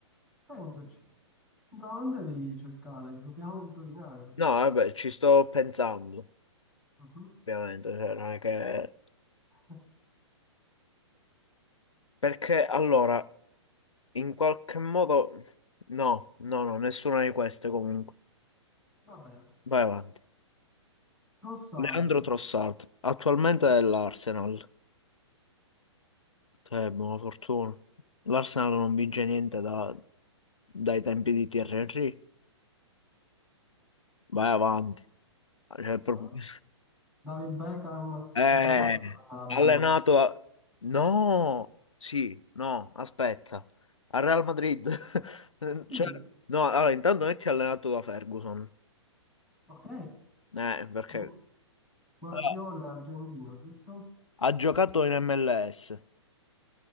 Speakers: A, in the centre; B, on the left.
A: Pensaci. No, non devi cercare, dobbiamo indovinare.
B: No, vabbè, ci sto pensando,
A: Mhm.
B: ovviamente, cioè, non è che...
A: <laughs>
B: Perché allora, in qualche modo... No, no, no, nessuna di queste comunque.
A: Va bene.
B: Vai avanti.
A: Rossard.
B: Leandro Trossard, attualmente è l'Arsenal. Cioè, buona fortuna. L'Arsenal non vince niente da- dai tempi di Thierry Henry. Vai avanti. Cioè, proprio...
A: Ah,
B: <laughs>
A: David Beckham
B: Eh,
A: ha giocato con Ronaldo.
B: allenato a... No, sì, no, aspetta. Al Real Madrid. <laughs> Cioè,
A: Sì,
B: no, allora intanto non è che è allenato da Ferguson.
A: ok.
B: Eh, perché...
A: Gu- Guardiola
B: Ah,
A: è argentino, giusto?
B: Ha giocato in MLS.